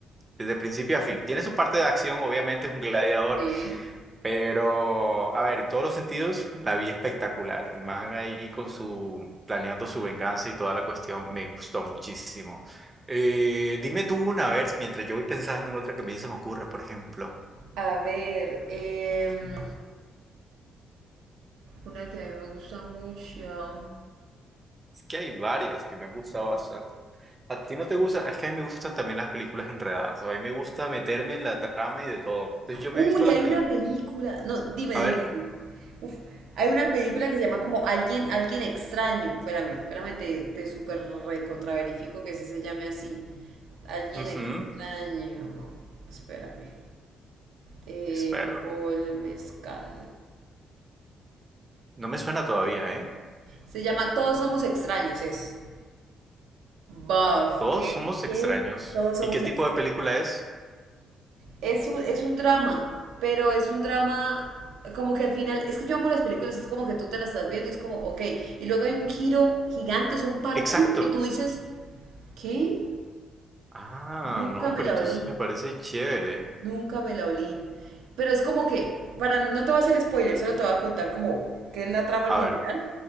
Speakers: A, on the right (about 20°); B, on the right (about 80°).
A: desde principio a fin, tiene su parte de acción, obviamente es un gladiador
B: Sí.
A: pero, a ver, en todos los sentidos, la vi espectacular. El man ahí con su, planeando su venganza y toda la cuestión, me gustó muchísimo. Eh, dime tú una vez, mientras yo voy pensando en otra que a mí se me ocurra, por ejemplo.
B: A ver, em, una que a mí me gusta mucho.
A: Es que hay varias que me han gustado
B: Uf.
A: bastante. ¿A ti no te gustan? Es que a mí me gustan también las películas enredadas. O a mí me gusta meterme en la trama y de todo. Entonces yo
B: Uy,
A: me he visto las
B: hay
A: películas.
B: una película. No, dime,
A: A
B: dime,
A: ver.
B: dime. Uf, hay una película que se llama como Alguien, Alguien Extraño. Espérame, espérame, te, te súper recontraverifico que ese se llame así. Alguien
A: Ujú,
B: Extraño. Espérame. Eh,
A: Espero.
B: Paul Mezcal.
A: No me suena todavía, ¿eh?
B: Se llama Todos Somos Extraños, es. Buff.
A: Todos
B: ¿Qué?
A: somos
B: ¿Qué?
A: extraños.
B: Todos somos
A: ¿Y qué tipo
B: extraños.
A: de película es?
B: es un, es un drama, pero es un drama como que al final, es que yo amo las películas, es como que tú te las estás viendo y es como, ok, y luego hay un giro gigante, es un parkour
A: Exacto.
B: que tú dices, ¿qué?
A: Ah,
B: Nunca
A: no,
B: me
A: pero
B: la
A: entonces
B: olí,
A: me parece chévere.
B: nunca me la olí. Pero es como que, para, no te voy a hacer spoiler, solo te voy a contar como qué es la trama en
A: A
B: general.
A: ver,